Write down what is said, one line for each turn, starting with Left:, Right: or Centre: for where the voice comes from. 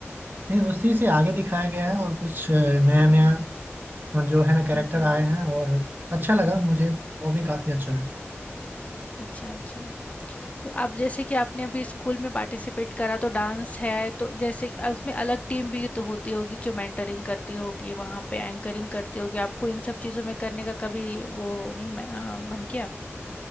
Right: नहीं उसी से आगे दिखाया गया है और कुछ नया नया और जो है ना कैरेक्टर
Left: हुँ, हुँ।
Right: आए हैं और अच्छा लगा मुझे वो भी काफी अच्छा लगा
Left: अच्छा, अच्छा। तो आप जैसे कि आपने अभी स्कूल में पार्टिसिपेट करा तो डांस है तो जैसे अ, उसमें अलग टीम भी तो होती होगी जो मेंटरिंग करती होगी वहां पे एंकरिंग करती होगी आपको इन सब चीजों में करने का कभी वो नहीं मैं- अ, मन किया